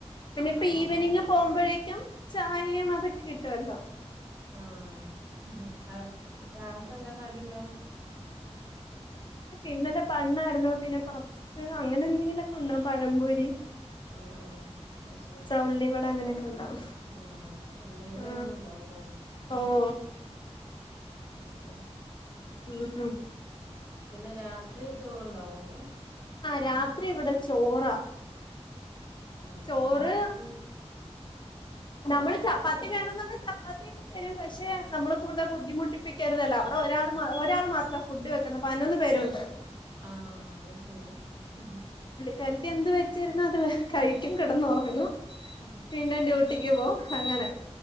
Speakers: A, on the left (about 40°); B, on the right (about 25°).
A: പിന്നെ ഇപ്പ
B: അത്
A: ഈവനിങ്
B: ശരി
A: പോകുമ്പോഴേക്കും ചായയും അതൊക്കെ കിട്ടുവല്ലോ.
B: ആഹ് ഉം അത് ശെരി. ചായക്ക് എന്താ കടി ഉണ്ടാവാ
A: ഇന്ന് ന്നെ ബൺ ആയിരുന്നു പിന്നെ പപ്സ് അങ്ങനെ എന്തെങ്കിലും ഒക്കെ ഉണ്ടാകും. പഴം പൊരി
B: ആ ആ അയ്ശെരി
A: ഉള്ളിവട അങ്ങനെയൊക്കെ ഉണ്ടാവും
B: ആഹ് എന്തെങ്കിലും
A: ആ
B: ഒന്നുംണ്ടാവൂല്ലേ
A: ഓ
B: അത് ശെരി
A: ഉം ഉം
B: പിന്നെ രാത്രി ചോറുണ്ടാവോ അപ്പം
A: ആ രാത്രി ഇവിടെ ചോറ
B: ആഹ്
A: ചോറ്
B: രാത്രി
A: നമ്മള് ചപ്പാത്തി വേണംന്ന് പറഞ്ഞാ ചപ്പാത്തിയോക്കെ തരും പക്ഷെ നമ്മള് കൂടുതൽ ബുദ്ധിമുട്ടിപ്പിക്കരുതല്ലോ അവടെ ഒരാൾ ഒരാൾ മാത്രം ഫുഡ് വെക്കുന്ന പതിനൊന്ന് പേരുണ്ട്
B: ആ അത്ശെരി ഹ് ഹ്
A: കരുതി എന്ത് വെച്ചിരുന്ന അത് കഴിക്കും കെടന്ന്
B: ആഹ്
A: ഒറങ്ങും പിന്നെ ഡ്യൂ ട്ടിക്ക് പോം അങ്ങനെ